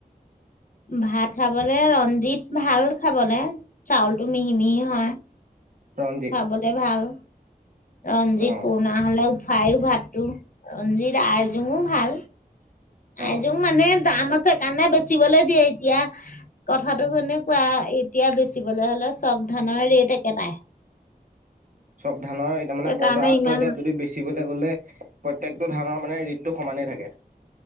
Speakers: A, on the left (about 60°); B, on the right (about 60°).
A: ভাত খাবলে ৰঞ্জিত ভাল খাবলৈ। চাউলটো মিহি মিহি হয়।
B: ৰঞ্জিত
A: খাবলে ভাল, ৰঞ্জিত
B: অ
A: পুৰণা হ'লেও। খাইও ভাতটো, ৰঞ্জিত আইজোংও ভাল। আইজোং
B: অ
A: মানুহে দাম আছে কাৰণে বেচিবলে দিয়ে, এতিয়া কথা টো কেনেকুৱা এতিয়া বেচিবলৈ হ'লে চব ধানৰ ৰেট একেটাই।
B: চব ধানৰ এতিয়া মানে,
A: সেইকাৰণে
B: বজাৰ
A: ইমান
B: ত ই এতিয়া যদি বেচিবলৈ গলে প্ৰত্যেকটো ধানৰ মানে ৰেটটো সমানেই থাকে